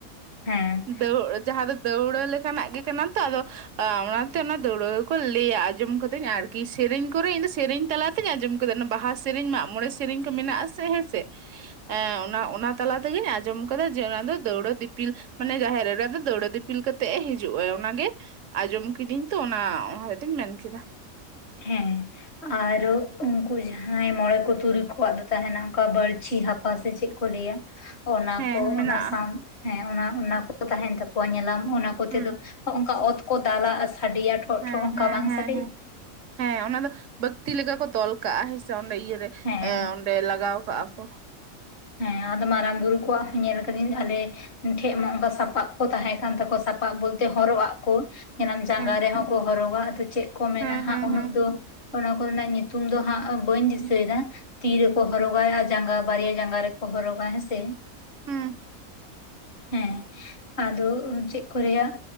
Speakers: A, on the left (about 50°); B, on the right (about 65°).
A: ᱦᱮᱸ,
B: ᱫᱟᱹᱣ ᱡᱟᱦᱟᱸ ᱫᱚ ᱫᱟᱹᱣᱲᱟᱹ ᱞᱮᱠᱟᱱᱟᱜ ᱜᱮ ᱠᱟᱱᱟ ᱛᱚ ᱟᱫᱚᱼᱼ ᱟ ᱚᱱᱟᱛᱮ ᱚᱱᱟ ᱫᱟᱹᱣᱲᱟᱹᱠᱚ ᱞᱟᱹᱭᱟ, ᱟᱸᱡᱚᱢ ᱠᱟᱹᱫᱟᱹᱧ ᱟᱨᱠᱤ ᱥᱮᱨᱮᱧ ᱠᱚᱨᱮ ᱤᱧ ᱫᱚ ᱥᱮᱨᱮᱧ ᱛᱟᱞᱟᱼᱼ ᱟᱸᱡᱚᱢ ᱠᱟᱫᱟ ᱵᱟᱦᱟ ᱥᱮᱨᱮᱧ, ᱢᱟᱜᱢᱚᱬᱮ ᱥᱮᱨᱮᱧ ᱠᱚ ᱢᱮᱱᱟᱜᱼᱟ ᱥᱮ ᱦᱮᱸ ᱥᱮ, ᱮ ᱚᱱᱟ ᱚᱱᱟ ᱛᱟᱞᱟ ᱛᱮᱜᱤᱧ ᱟᱸᱡᱚᱢ ᱠᱟᱫᱟ, ᱡᱮ ᱚᱱᱟ ᱫᱚ ᱫᱟᱹᱣᱲᱟᱹ ᱫᱤᱯᱤᱞᱼᱼ ᱢᱟᱱᱮ ᱡᱟᱦᱮᱨ ᱮᱨᱟ ᱫᱚ ᱫᱟᱹᱣᱲᱟᱹ ᱫᱤᱯᱤᱞ ᱠᱟᱛᱮᱜ ᱮ ᱦᱤᱡᱩᱜᱼᱟ, ᱚᱱᱟ ᱜᱮᱼᱼ ᱟᱸᱡᱚᱢ ᱠᱤᱫᱤᱧ ᱛᱚ ᱚᱱᱟ, ᱚᱱᱟ ᱦᱛᱮᱛᱮᱧ ᱢᱮᱱ ᱠᱮᱫᱟ।
A: ᱦᱮᱸ, ᱟᱨ ᱩᱱᱠᱩ ᱡᱟᱦᱟᱸᱭ ᱢᱚᱬᱮ ᱠᱚ ᱛᱩᱨᱩᱭ ᱠᱚᱣᱟᱜ ᱫᱚ ᱛᱟᱦᱮᱱᱟ, ᱚᱱᱠᱟ ᱵᱟᱹᱲᱪᱷᱤ ᱦᱟᱯ ᱯᱟ ᱥᱮ ᱪᱮᱫ ᱠᱚ ᱞᱟᱹᱭᱟ। ᱚᱱᱟ
B: ᱦᱮᱸ
A: ᱠᱚ
B: ᱢᱮᱱᱟᱜᱼᱟ
A: ᱚᱱᱟ ᱥᱟᱶ ᱦᱮᱸ ᱚᱱᱟ ᱚᱱᱟ ᱠᱚ ᱛᱟᱦᱮᱱ ᱛᱟᱠᱚᱭᱟ ᱧᱮᱞᱟᱢ, ᱚᱱᱟ ᱠᱚᱛᱮ
B: ᱦᱩᱸ
A: ᱫᱚ ᱚᱱᱠᱟ ᱚᱛ ᱠᱚ ᱫᱟᱞᱟ, ᱟᱨ ᱥᱟᱰᱮᱭᱟ ᱴᱷᱚᱜ
B: ᱦᱮᱸ
A: ᱴᱷᱚᱜ ᱚᱱᱠᱟ
B: ᱦᱮᱸ
A: ᱵᱟᱝ
B: ᱦᱮᱸ
A: ᱥᱟᱰᱮᱭᱟ?
B: ᱦᱮᱸ ᱦᱮᱸ ᱚᱱᱟ ᱫᱚ ᱵᱟᱹᱠᱛᱤ ᱞᱮᱠᱟ ᱠᱚ ᱛᱚᱞ ᱠᱟᱜᱼᱟ ᱦᱮ ᱥᱮ ᱚᱸᱰᱮ ᱤᱭᱟᱹᱨᱮ
A: ᱦᱮᱸ
B: ᱮ ᱚᱸᱰᱮ ᱞᱟᱜᱟᱣ ᱠᱟᱜᱼᱟ ᱠᱚ।
A: ᱦᱮᱸ ᱟᱫᱚ ᱢᱟᱨᱟᱝ ᱵᱩᱨᱩ ᱠᱚᱣᱟᱜ ᱦᱚᱸᱧ ᱧᱮᱞ ᱟᱠᱟᱫᱟᱹᱧ ᱟᱞᱮᱼᱼ ᱴᱷᱮᱡ ᱢᱟ ᱚᱱᱠᱟ ᱥᱟᱯᱟᱵ ᱠᱚ ᱛᱟᱦᱮᱸ ᱠᱟᱱ ᱛᱟᱠᱚᱣᱟ ᱥᱟᱯᱟᱵ ᱵᱚᱞᱛᱮ ᱦᱚᱨᱚᱜ ᱟᱜ ᱠᱚ᱾ ᱧᱮᱞᱟᱢ ᱡᱟᱸᱜᱟ
B: ᱦᱮᱸ
A: ᱨᱮᱦᱚᱸ ᱠᱚ ᱦᱚᱨᱚᱜᱟ ᱟᱫᱚ ᱪᱮᱫ ᱠᱚ ᱢᱮᱱᱟ
B: ᱦᱮᱸ
A: ᱦᱟᱸᱜ
B: ᱦᱮᱸ
A: ᱩᱱᱟᱹᱜ
B: ᱦᱮᱸ
A: ᱫᱚ ᱚᱱᱟ ᱠᱚᱨᱮᱱᱟᱜ ᱧᱩᱛᱩᱢ ᱫᱚ ᱦᱟᱸᱜ ᱵᱟᱹᱧ ᱫᱤᱥᱟᱹᱭ ᱮᱫᱟ᱾ ᱛᱤ ᱨᱮᱠᱚ ᱦᱚᱨᱚᱜᱟ ᱟᱨ ᱡᱟᱸᱜᱟ ᱵᱟᱨᱭᱟ ᱡᱟᱸᱜᱟ ᱨᱮᱠᱚ ᱦᱚᱨᱚᱜᱟ ᱦᱮᱸᱥᱮ᱾
B: ᱦᱩᱸ
A: ᱦᱮᱸ ᱟᱫᱚ ᱪᱮᱫ ᱠᱚ ᱨᱮᱭᱟᱜ